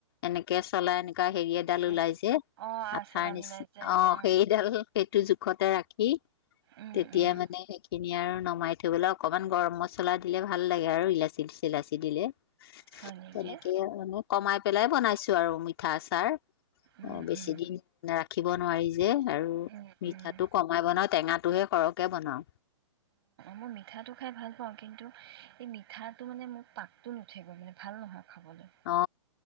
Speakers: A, on the left; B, on the right.
A: এনেকে <unintelligible> কাৰ হিৰি ডাল
B: অ',
A: ওলাইছে
B: অ', আচাৰ
A: আঠাৰ
B: ডাল
A: নিচিনা
B: ওলাই যায়
A: অ
B: যে
A: সেইডাল সেইটো জোখতে ৰাখি।
B: উম,
A: তেতিয়া
B: উম,
A: মানে সেইখিন নিয়া আৰু নমাই থবলৈ অকমান গৰম মচলা দিলে ভাল লাগে আৰু ইলাচী থিলাচি দিলে।
B: হয় নেকি?
A: কেনে কে মানে কুমাইত পেলাই বনাইছো আৰু মিঠা আচাৰ
B: উম,
A: অ বেছি
B: উম,
A: দিন নাৰাখিবি। বনুৱাইছ দে আৰু
B: উম,
A: মিঠা
B: উম।
A: টো কমাই বনা, হাঁহ টোৱে সৰকে বনাও।
B: মই মিঠা টো খাই ভাল পাওঁ কিন্তু ই মিঠা টো মানে পাক টো নুঠে ভাল নহয় খাবলৈ
A: অ